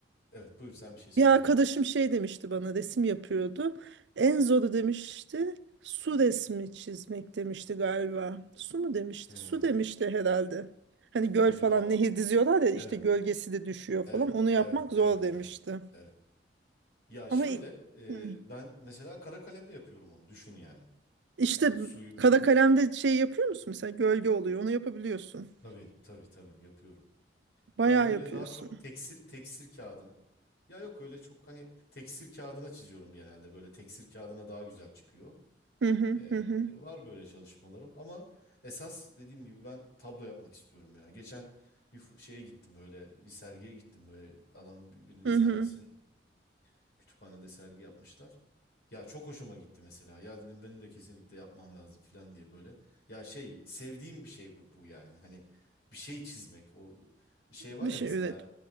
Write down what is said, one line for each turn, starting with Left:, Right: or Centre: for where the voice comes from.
Left: evet buyur sen bir şey söylüyordun.
Right: Bir arkadaşım şey demişti bana resim yapıyordu. En zoru demişti su resmi çizmek demişti galiba. Su mu demişti?
Left: Hmm.
Right: Su demişti herhalde. Hani göl
Left: Tabii
Right: falan
Left: daha
Right: nehir diziyorlar ya işte
Left: evet
Right: gölgesi de düşüyor
Left: evet
Right: falan. Onu yapmak
Left: evet
Right: zor
Left: evet
Right: demişti.
Left: evet. evet. Ya şöyle
Right: Ama i- hı.
Left: e, ben mesela kara kalemde yapıyorum onu düşün yani.
Right: işte
Left: Yani suyu
Right: kara kalemde
Left: şi-
Right: şey yapıyor musun? Mesela gölge oluyor. Onu yapabiliyorsun.
Left: tabii tabii tabii yapıyorum.
Right: Bayağı
Left: Yani böyle
Right: yapıyorsun.
Left: daha çok teksir teksir kağıdına. Ya yok öyle çok hani teksir kağıdına çiziyorum genelde böyle teksir kağıdına daha güzel çıkıyor.
Right: Hı hı
Left: E,
Right: hı hı.
Left: var böyle çalışmalarım ama esas dediğim gibi ben tablo yapmak istiyorum ya. Geçen bir f- şeye gittim böyle bir sergiye gittim böyle adamın bir- birinin
Right: Hı
Left: sergisine
Right: hı.
Left: Kütüphanede sergi yapmışlar. Ya çok hoşuma gitti mesela. Ya dedim benim de kesinlikle yapmam lazım falan diye böyle. Ya şey sevdiğim bir şey bu, bu yani. Hani bir şey çizmek. O şey var
Right: Bir
Left: ya
Right: şey
Left: mesela
Right: üret.